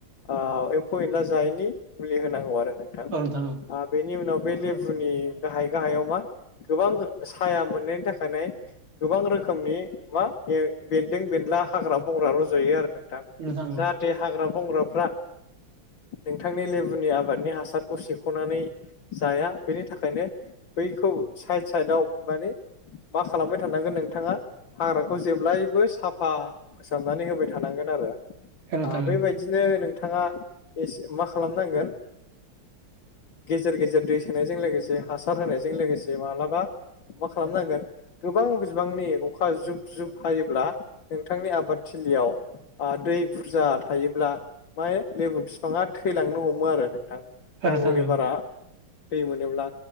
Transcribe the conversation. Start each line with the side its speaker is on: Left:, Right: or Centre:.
Left: ओ एम्फौ एनला जायैनि मुलि होनांगौ आरो नों थां
Right: औ नोंथां औ
Left: ओ बेनि उनाव बे लेबुनि गाहाय गाहायाव मा गोबां साया मोननायनि थाखानाय गोबां रोखोमनि मा ए बेन्दों बेनला हाग्रा बंग्रा रज'यो आरो नों थां
Right: नोंथां औ
Left: जाहाथे हाग्रा बंग्राफ्रा नोंथांनि लेबुनि आबादनि हासारखौ सेख'नानै जाया बेनि थाखायनो बैखौ साइद साइदआव माने मा खालामबाय थानांगोन नोंथाङा हाग्राखौ जेब्लायबो साफा फोसाबनानै होबाय थानांगोन आरो
Right: औ नोंथां औ
Left: बेबाय दिनो नोंथाङा एसे मा खालामनांगोन गेजेर गेजेर दै सोनायजों लोगोसे हासार होनायजों लोगोसे माब्लाबा मा खालामनांगोन गोबां बिबांनि अखा जुब जुब हायोब्ला नोंथांनि आब फादथिलियाव दै बुरजा थायोब्ला ओमफाय लेबु बिफाङा थैलांनो हमो आरो नोंथां
Right: औ
Left: नांगौनि
Right: नोंथां औ
Left: बारा दै मोनोब्ला